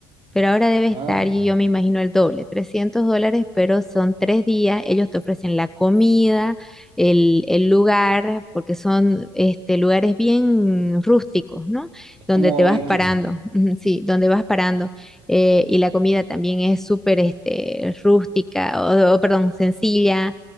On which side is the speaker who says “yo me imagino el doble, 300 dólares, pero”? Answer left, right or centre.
Centre